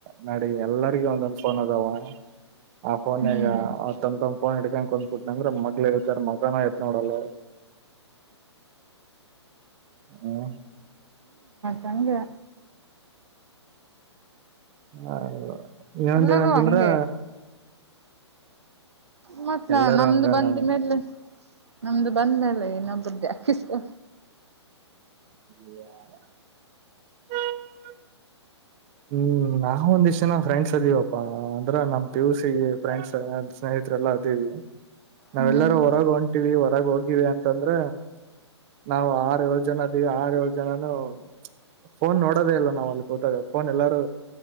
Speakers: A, on the right; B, on the right.
A: ನಡಿ ಎಲ್ಲರಿಗು ಒಂದೊಂದ್ ಫೋನ್ ಅದಾವ ಆ ಫೋನ್ನೇಗಾ
B: ಹ್ಮ್
A: ಆತಂದೊಂದ್ ಫೋನ್ ಹಿಡ್ಕೊಂಡ್ ಕುಂದ್ಬಿಟ್ ನಂದ್ರ ಮಕ್ಳ ಇರ್ತಾರ ಮಗನು ಎತ್ ನೋಡಲ್ಲ. ಹ.
B: ತಂಗೆ.
A: ಹಾ. <unintelligible> ಇನೊಂದಿನಂತಂದ್ರಾ.
B: ಎಲ್ಲರೂ ಹಂಗೆ ಮತ್ ನ-ನಮ್ದು
A: ಎಲ್ಲಾರೂ ಹಂಗನ
B: ಬಂದ ಮೇಲೆ ನಮ್ದು. ಬಂದ್ಮೇಲೆ ಇನ್ನೊಬ್ಬುರ್ದೆ ಹಾಕಿಸ್ಕೊ.
A: <unintelligible> <inaudible> ಹ್ಮ್ ನಾವೊಂದಿಷ್ಟ್ಜನ ಫ್ರೆಂಡ್ಸ್ ಅದೀವಪ್ಪಾ ಅಂದ್ರ ನಮ್ ಪಿ ಯು ಸಿ ಗೆ ಫ್ರೆಂಡ್ಸ ಸ್ನೇಹಿತ್ರೆಲ್ಲಾ ಅದೀವಿ ನಾವೆಲ್ಲಾರು
B: ಹ್ಮ್
A: ಹೊರಗ್ ಹೊಂಟಿವಿ ಹೊರಗ ಹೋಗಿವಿ ಅಂತಂದ್ರ ನಾವು ಆರ್ ಏಳ ಜನ ಅದೀವಿ ಆರ್ ಏಳ ಜನನು ಫೋನ್ ನೋಡೋದೇ ಇಲ್ಲ ನಾವ್ ಅಲ್ಲಿ ಕೂತಾಗ. ಫೋನ್ ಎಲ್ಲಾರೂ